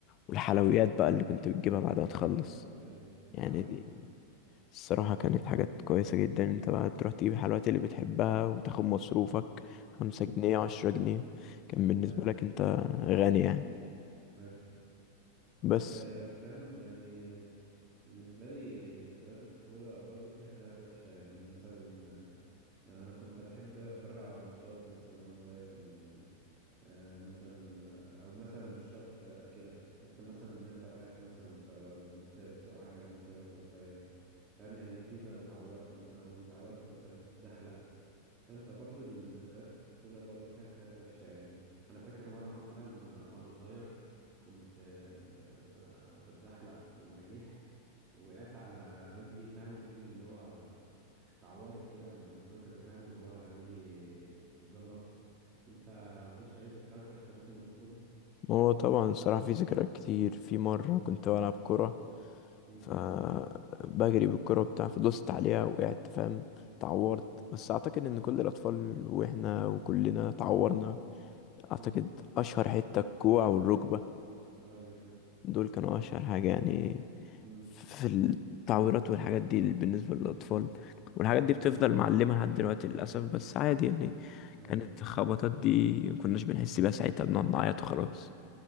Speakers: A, on the left (about 35°); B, on the right (about 30°).
A: والحلويات بقى اللي كنت بتجيبها بعد ما تخلص
B: ايوه ايوه انا
A: يعني
B: فاهم
A: دي الصراحة كانت حاجات كويسة جدا انت بقى تروح تجيب الحلويات اللي بتحبها وتاخد مصروفك خمسة
B: امم
A: جنيه عشرة جنيه كان بالنسبة
B: ايوه
A: لك انت غني يعني
B: ايوه
A: بس
B: بس آه، يعني فاهم يعني بالنسبه لي ذكريات الطفوله برضو فيها حاجات وحشه يعني مثلا آه، انا كنت بحب اتفرج على ماتشات مثلا وانا صغير كان يعني آه، مثلا آه، او مثلا مش شرط آه، كده ممكن مثلا ان انت وقعت مثلا انت بت- بتسوق عجل مثلا انت صغير فاهم يعني في ما اتعورت مثلا او اتعورت وانت بتتزحلق فاهم فبرضه الذكريات الطفولة برضه فيها حاجات وحشة يعني أنا فاكر مرة مثلا وأنا صغير كنت آه، ب- بتزحلق بالمراجيح وقعت على رجلي فاهم رجلي اللي هو اتعورت كده من عند ركبي فاهم اللي هو رجلي اتجلطت انت مفيش أي ذكريات وحشة ليك من الطفولة؟
A: هو طبعا الصراحة في ذكريات كتير في مرة كنت بلعب كورة
B: مم.
A: فبجري بالكرة بتاع فدوست عليها وقعدت فاهم اتعورت
B: اه
A: بس اعتقد ان كل الاطفال واحنا وكلنا اتعورنا
B: مم.
A: اعتقد
B: مم.
A: اشهر حتة الكوع والركبة
B: أيوه أيوه
A: دول كانوا اشهر حاجة يعني
B: مم.
A: في التعويرات والحاجات دي بالنسبة للاطفال والحاجات
B: أيوه
A: دي بتفضل معلمة لحد دلوقتي للاسف بس عادي يعني
B: أيوه
A: كانت الخبطات دي مكناش بنحس بيها ساعتها بنقعد نعيط وخلاص